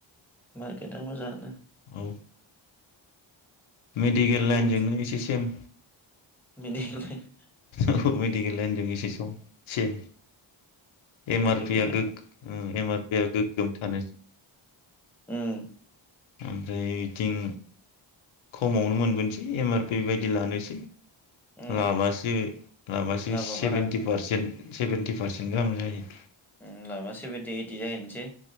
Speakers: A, in the centre; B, on the left.
A: मार्केटआ मोजांआनो।
B: औ मेडिकेल
A: बुहुद
B: लाइन जोंनो एसे सेम।
A: <unintelligible>
B: औ मेडिकेल लाइनजों एसे सम से एम
A: मेडिकेल
B: आर पिया
A: लाइन
B: गोग एम आर या गोग्गोम थानोस
A: उम
B: ओमफ्राय इथिं खमावनो मोनबोनोसै एम आर पि बायदि लानोसै।
A: उम
B: लाबासो लाबासो
A: लाबा
B: सेभेेन्टि
A: बारा
B: पारसेन्ट सेभेन्टि पारसेन्ट गाहाम जायो।
A: उम लाबा सेभेेनटि ओइथटि जाहैसै।